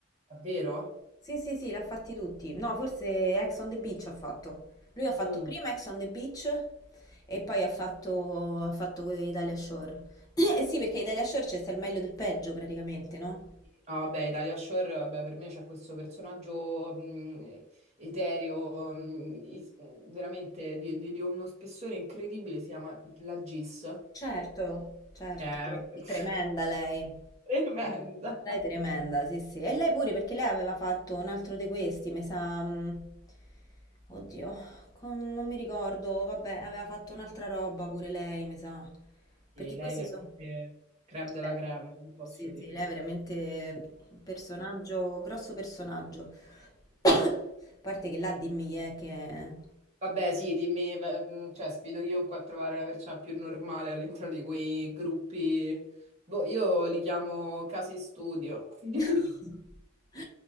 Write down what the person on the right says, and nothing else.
Davvero?
Mm.
No, vabbè, Italia Shore, vabbè, per me c'è questo personaggio mh, etereo, mh, is- veramente di, di- di uno spessore incredibile, si chiama la Gis,
che è
<laughs>
tremenda.
E
lei
è veramente
creme della
creme, vi posso
dire.
Vabbè, sì, dimmi, beh, mh, cioè, sfido chiunque a trovare la persona più normale all'interno di quei gruppi. Boh, io li chiamo casi studio. <laughs>